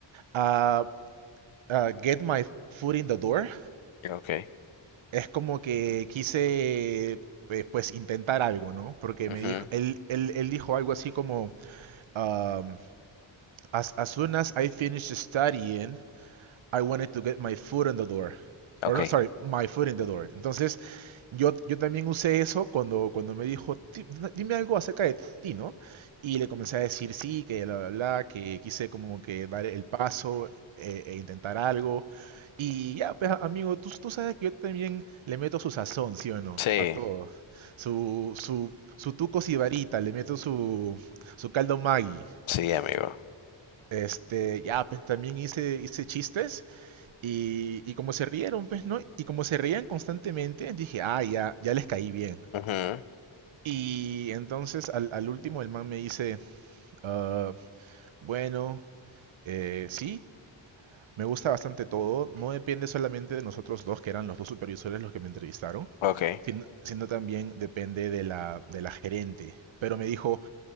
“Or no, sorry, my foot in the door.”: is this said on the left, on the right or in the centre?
Right